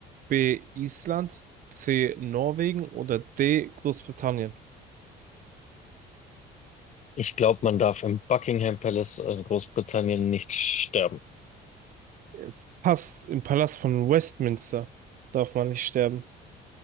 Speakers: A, on the right; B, on the left.
A: B. Island, C. Norwegen oder D. Großbritannien.
B: Ich glaube, man darf im Buckingham Palace in Großbritannien nicht sterben.
A: Äh, Fast im Palast von Westminster darf man nicht sterben.